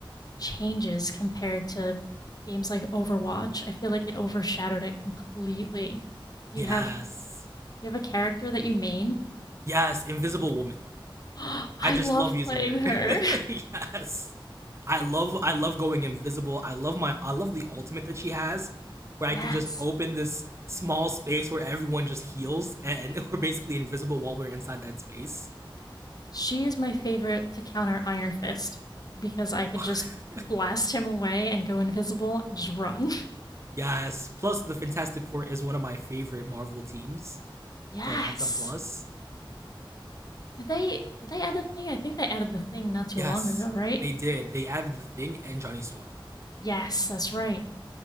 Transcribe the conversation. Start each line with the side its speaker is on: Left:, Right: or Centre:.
Left: changes compared to games like Overwatch. I feel like it overshadowed it completely. Do
Right: Yes.
Left: you have do you have a character that you main?
Right: Yes, Invisible Woman.
Left: <gasps> I
Right: I just
Left: love
Right: love using
Left: playing
Right: her.
Left: her.
Right: <laughs> Yes. I love I love going invisible. I love my I love the ultimate that she has where
Left: <laughs>
Right: I
Left: yes.
Right: can just open this small space where everyone just heals and <laughs> we're basically invisible while we're inside that space.
Left: She is my favorite to counter Iron Fist because I
Right: <laughs>
Left: could just blast him away and go invisible and just run. <laughs>
Right: Yes. Plus, the Fantastic Four is one of my favorite Marvel teams,
Left: Yes.
Right: so that's a plus.
Left: Did they did they add the thing? I think they added the thing not too
Right: Yes,
Left: long ago, right?
Right: they did. They added the Thing and Johnny Storm.
Left: Yes, that's right.